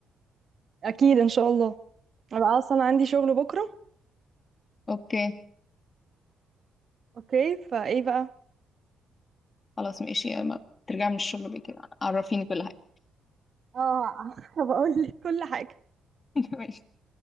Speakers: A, on the right; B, on the left.
A: اكيد ان شاء الله انا اصلا عندي شغل بكرة
B: اوكي
A: اوكي فايه بقى
B: خلاص ماشي لما ترجعي من الشغل بقى كده عرفيني كل حاجة
A: اه <laughs> بقول لك كل حاجة
B: <laughs>